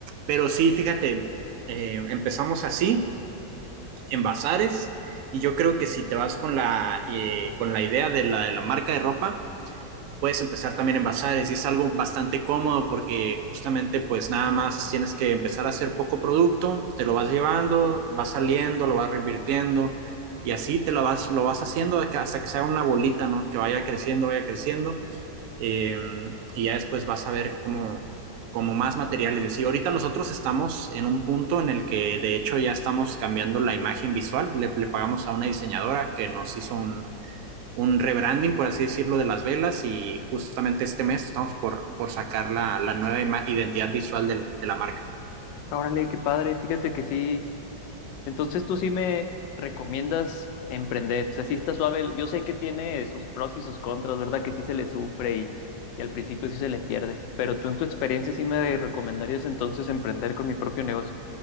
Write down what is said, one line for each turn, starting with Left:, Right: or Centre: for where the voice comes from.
Right: Pero sí, fíjate, eh, empezamos así, en bazares, y yo creo que si te vas con la, eh, con la idea de la, de la marca de ropa, puedes empezar también en bazares y es algo bastante cómodo porque justamente pues nada más tienes que empezar a hacer poco producto, te lo vas llevando, vas saliendo, lo vas reinvirtiendo y así te lo vas, lo vas haciendo hasta que se haga una bolita, ¿no? Que vaya creciendo, vaya creciendo eh, y ya después vas a ver cómo como más materiales. Y así. ahorita nosotros estamos en un punto en el que de hecho ya estamos cambiando la imagen visual, le, le pagamos a una diseñadora que nos hizo un, un rebranding, por así decirlo, de las velas y justamente este mes estamos por, por sacar la, la nueva ima- identidad visual del- de la marca.
Left: Órale, qué padre. Fíjate que sí, Entonces tú sí me recomiendas emprender, o sea, sí está suave, yo sé que tiene sus pros y sus contras, ¿verdad? Que sí se le sufre y, y al principio sí se le pierde, pero tú en tu experiencia sí me recomendarías entonces emprender con mi propio negocio.